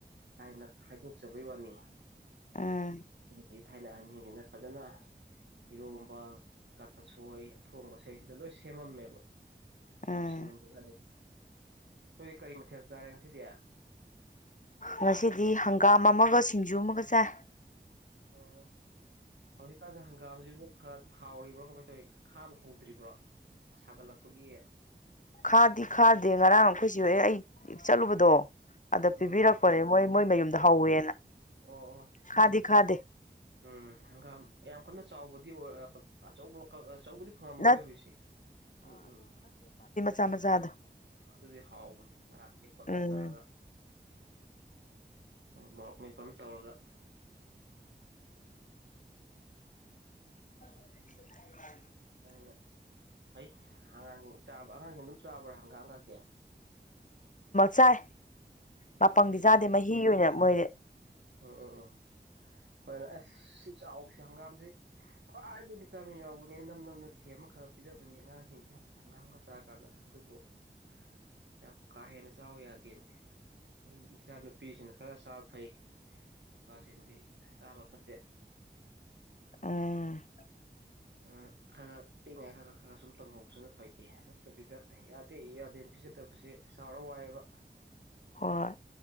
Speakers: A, on the right; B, on the left.
A: ꯍꯥꯏꯅ ꯈꯥꯏꯗꯣꯛꯆꯕꯩ ꯋꯥꯅꯤ
B: ꯎꯝ
A: ꯑ ꯊꯥꯏꯅ ꯑꯅꯤꯁꯤꯅ ꯐꯖꯅ ꯏꯔꯣꯝꯕ ꯀꯥꯡꯁꯣꯏ ꯑꯊꯣꯡꯕꯁꯁꯤꯗ ꯂꯣꯏ ꯁꯦꯝꯃꯝꯃꯦꯕ
B: ꯎꯝ
A: ꯌꯥꯝ ꯁꯤꯡꯉꯝꯕꯖꯠꯅꯤꯅ ꯅꯣꯏꯗꯤ ꯀꯔꯤ ꯃꯊꯦꯜ ꯆꯥꯔꯦ ꯉꯁꯤꯗꯤ
B: ꯉꯁꯤꯗꯤ ꯍꯪꯒꯥꯝ ꯑꯃꯒ ꯁꯤꯡꯖꯨ ꯑꯃꯒ ꯆꯥꯏ
A: ꯑꯣ ꯍꯧꯖꯤꯛꯀꯥꯟꯗ ꯍꯪꯒꯥꯝꯁꯤꯕꯨ ꯍꯥꯎꯔꯤꯕ꯭ꯔꯣ ꯀꯃꯥꯏꯅ ꯇꯧꯋꯤ ꯈꯥꯕ ꯍꯧꯗ꯭ꯔꯤꯕ꯭ꯔꯣ ꯁꯥꯒꯠꯂꯛꯄꯒꯤ
B: ꯈꯥꯗꯤ ꯈꯥꯗꯦ ꯉꯔꯥꯡ ꯑꯩꯈꯣꯏꯁꯤ ꯍꯍꯦ ꯑꯩ ꯆꯠꯂꯨꯕꯗꯣ ꯑꯗ
A: ꯎꯝ
B: ꯄꯤꯕꯤꯔꯛꯄꯅꯦ ꯃꯣꯏ ꯃꯣꯏ ꯃꯌꯨꯝꯗ ꯍꯧꯋꯦꯅ
A: ꯑꯣ ꯑꯣ
B: ꯈꯥꯗꯤ ꯈꯥꯗꯦ
A: ꯎꯝ ꯍꯪꯒꯥ ꯌꯥꯝ ꯑꯩꯈꯣꯏꯅ ꯆꯥꯎꯕꯗꯤ ꯑꯣꯏ ꯑꯆꯧꯕ ꯑꯆꯧꯕꯗꯤ ꯐꯪꯉꯝꯃꯔꯣꯏ
B: ꯅꯠ
A: ꯍꯧꯖꯤꯁꯦ ꯎꯝ ꯎꯝ
B: ꯁꯖꯗ <inaudible>
A: ꯑꯗꯨꯗꯤ ꯍꯥꯎꯕꯅꯦ ꯉꯥꯛꯀꯦꯛ ꯄꯀꯥ
B: ꯎꯝ
A: ꯊꯥꯛꯑꯒ ꯃꯣꯔꯣꯛ ꯃꯤꯐꯝ ꯇꯧꯔꯒ
B: <unintelligible> <inaudible>
A: ꯑꯗꯨꯅ ꯍꯣꯏ ꯑꯉꯥꯡꯁꯤꯡ ꯆꯥꯕ ꯑꯉꯥꯡꯁꯤꯡ ꯑꯗꯨꯝ ꯆꯥꯕ꯭ꯔꯥ ꯍꯪꯒꯥ ꯍꯪ ꯀꯇꯦ
B: ꯆꯥꯏ ꯃꯄꯪꯗꯤ
A: ꯐꯩꯌꯦ
B: ꯆꯥꯗꯦ
A: ꯑꯗꯨꯁꯨ
B: ꯃꯍꯤ ꯑꯣꯏꯅ ꯃꯣꯏꯗꯤ
A: ꯎꯝ ꯎꯝ ꯎꯝ ꯍꯣꯏꯅ ꯑꯁ ꯁꯤ ꯆꯥꯎꯁꯤ ꯍꯪꯒꯥꯝꯁꯤ ꯈ꯭ꯋꯥꯏꯗꯒꯤ ꯚꯤꯇꯥꯃꯤꯟ ꯌꯥꯎꯕꯅꯦ ꯅꯝ ꯅꯝꯅ ꯊꯦꯝ ꯑꯃ ꯈꯔ ꯈ ꯄꯤꯖꯕꯅꯤ ꯑꯉꯥꯡꯁꯤꯡꯁꯤꯦ ꯌꯥꯝ ꯍꯪꯒꯥ ꯍꯪꯒꯥ ꯆꯥꯔ ꯀꯥꯟꯗ ꯑꯗꯨꯕꯨ <unintelligible> <inaudible> ꯌꯥꯝ ꯀꯥ ꯍꯦꯟꯅ ꯆꯥꯎꯕ ꯌꯥꯗꯦꯅꯦ ꯑꯩ ꯏꯆꯥ ꯅꯨꯨꯄꯤꯁꯤꯅ ꯈꯔ ꯆꯥꯕ ꯐꯩ ꯅꯨꯄꯥ ꯁꯦꯝꯗꯤ ꯆꯥꯕ ꯐꯠꯇꯦ
B: ꯑ <inaudible>
A: ꯑ <inaudible> ꯈꯔ ꯄꯤꯛꯉꯥꯏ ꯈꯔ ꯈ ꯈꯔ ꯁꯨꯝ ꯇꯝꯍꯧꯕꯁꯨꯅ ꯐꯩꯌꯦ ꯅꯠꯇꯕꯤꯗ ꯌꯥꯗꯦ ꯌꯥꯗꯦꯅ ꯄꯤꯖꯗꯕꯁꯦ ꯆꯥꯎꯔ ꯋꯥꯏꯕ
B: ꯍꯣꯏ